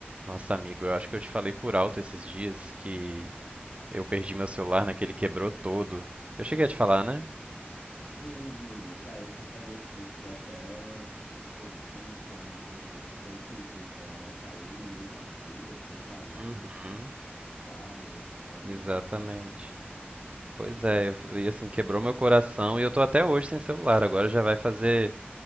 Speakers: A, on the right (about 30°); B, on the left (about 65°).
A: Nossa, amigo, eu acho que eu te falei por alto esses dias que eu perdi meu celular naquele quebrou todo. Eu cheguei a te falar, né?
B: E aí, amigo? Cara, você falou assim, fiquei até um pouco com pena de você, porque foi triste a história, né? Caiu no meio da rua, foi esmagado
A: Uhum,
B: pelo o carro, nossa, quase
A: exatamente.
B: um, um latrocínio.
A: Pois é, eu- e assim, quebrou meu coração e eu tô até hoje sem celular. Agora já vai fazer